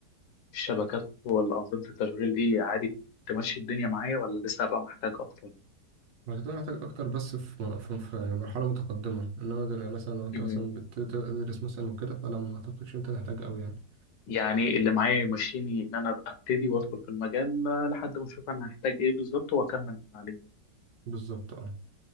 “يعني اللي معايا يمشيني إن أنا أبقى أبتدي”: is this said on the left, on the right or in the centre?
Left